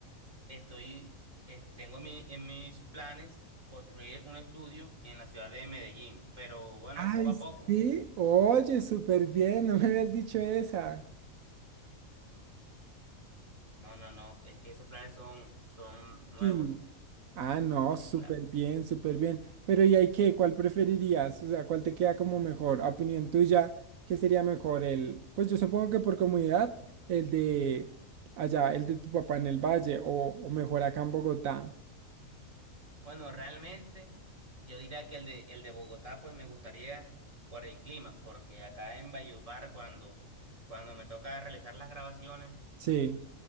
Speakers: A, on the right (about 25°); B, on the right (about 75°).
A: estoy, eh, tengo en mi- en mis planes construir un estudio en la ciudad de Medellín, pero bueno,
B: Ay,
A: poco a poco.
B: sí. Oye, súper bien. No me habías dicho esa.
A: No, no, no, es que esos planes son, son nuevos.
B: Sí. Ah, no,
A: Sí,
B: súper
A: claro.
B: bien, súper bien. Pero ¿y ahí qué? ¿Cuál preferirías? O sea, ¿cuál te queda como mejor? A opinión tuya, ¿qué sería mejor? El, pues yo supongo que por comodidad, el de allá, el de tu papá en el valle o, o mejor acá en Bogotá.
A: Bueno, realmente yo diría que el de, el de Bogotá pues me gustaría por el clima, porque acá en Valledupar cuando, cuando me toca realizar las grabaciones,
B: Sí.